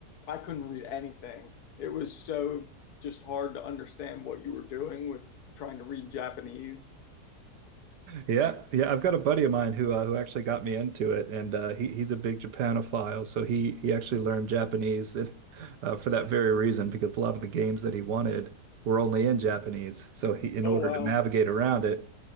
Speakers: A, on the left (about 70°); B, on the right (about 90°).
A: I couldn't read anything. It was so just hard to understand what you were doing with trying to read Japanese.
B: Yeah, yeah. I've got a buddy of mine who uh, who actually got me into it, and uh, he he's a big Japanophile, so he he actually learned Japanese <laughs> uh, for that very reason because a lot of the games that he wanted were only in Japanese. So he, in
A: Oh,
B: order
A: wow.
B: to navigate around it,